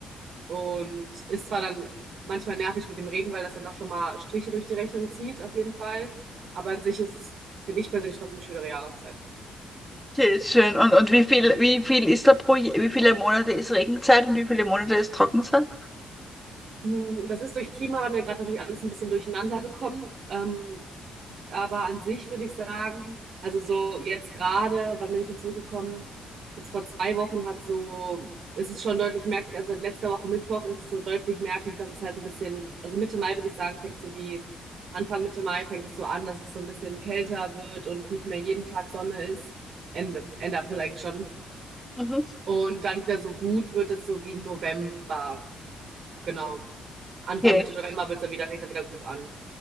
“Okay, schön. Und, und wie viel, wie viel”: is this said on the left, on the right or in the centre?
Centre